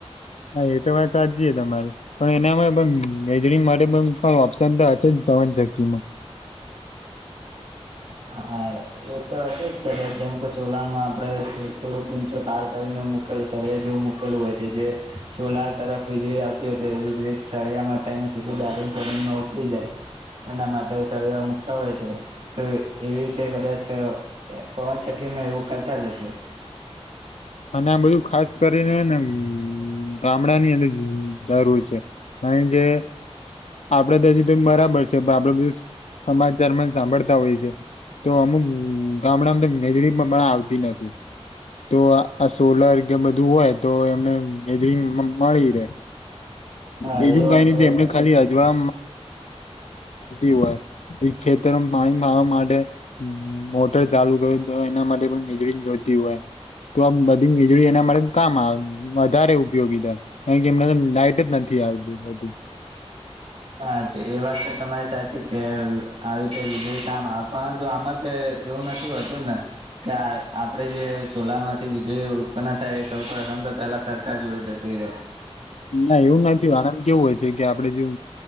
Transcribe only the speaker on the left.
હા એ તો વાત સાચી તમારી પણ એનામાં પણ <unintelligible> કઈ ઓપ્શન તો હશે જ તમે <unintelligible>
અને આ બધું ખાસ કરીનેને મ-મ-મ ગામડા ની <unintelligible> જરૂર છે <unintelligible> કે આપડે તો હજી તો બરાબર છે, પણ આપડું બધું સ-સ સમાજ દરમિયાન સાંભળતા હોય છે. તો અમુ-મુ-મુ ક ગામડા <unintelligible> આવતી નથી તો આ આ સોલર કે બધું હોય તો એમને <unintelligible> મળી રહેે.
બીજું
કઈ
નથી એમને
ખાલી હજવા <unintelligible> <unintelligible> હોય ખેતરમાં પાણી <unintelligible> માટે મ-મ- મોટર ચાલુ કરે તો એના માટે પણ વીજળી જોતી હોય! તો આમ બધી વીજળી એના માટે કામ-મ આવે મ-મ વધારે ઉપયોગી થાય, કારણ કે એમને લાાઈટ જ નથી આવે! ડી વાડી <inaudible>
નાઇએવું નથી આરામ કેવું હોય છે કે આપડે જેવ